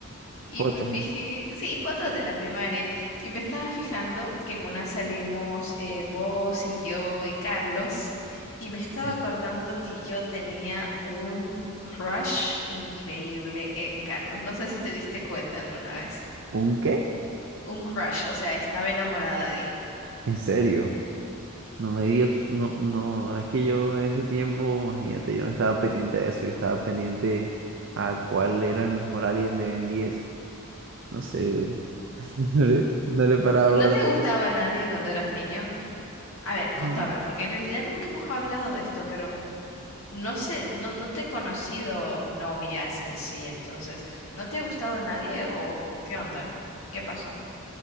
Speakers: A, on the left; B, on the right.
A: Y
B: Fotos,
A: me fijé,
B: ¿eh?
A: sí, fotos de la primaria. Y me estaba fijando que en una salimos eh, vos y yo y Carlos. Y me estaba
B: Mm.
A: acordando que yo tenía un crush increíble en Carlos. No sé si te diste cuenta alguna vez.
B: ¿Un qué?
A: Un crush, o sea, estaba enamorada de él.
B: ¿En serio? No me digas, no, no, es que yo en ese tiempo, imagínate, yo no estaba pendiente de eso, yo estaba pendiente a cuál era el mejor alien de Ben 10. No sé, <laughs> no le, no le paraba
A: ¿No
B: bola
A: te
B: a
A: gustaba
B: eso.
A: nadie cuando eras niño? A ver, contame,
B: No.
A: porque en realidad nunca hemos hablado de esto, pero n- no sé, no, no te he conocido novias en sí, entonces, ¿no te ha gustado nadie o, o qué onda? ¿Qué pasó?